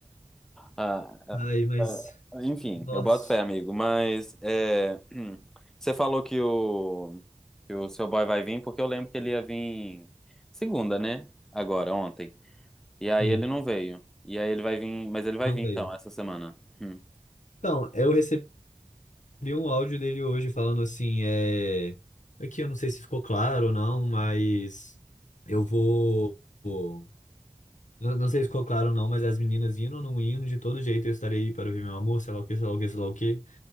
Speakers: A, in the centre; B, on the left.
A: Ah,
B: Ai, mas.
A: Enfim,
B: Nossa.
A: eu boto fé, amigo. Mas é, <clears throat> você falou que o, que o seu boy vai vir, porque eu lembro que ele ia vir segunda, né? Agora, ontem. E aí
B: sim.
A: ele não veio. E aí ele vai vir, mas ele vai
B: Não
A: vir
B: veio.
A: então, essa semana. Hum.
B: Então, eu recebi um áudio dele hoje falando assim, é... Aqui eu não sei se ficou claro ou não, mas eu vou... vou- Não, não sei se ficou claro ou não, mas as meninas indo ou não indo, de todo jeito eu estarei aí para ver meu amor, sei lá o que, sei lá o que, sei lá o que.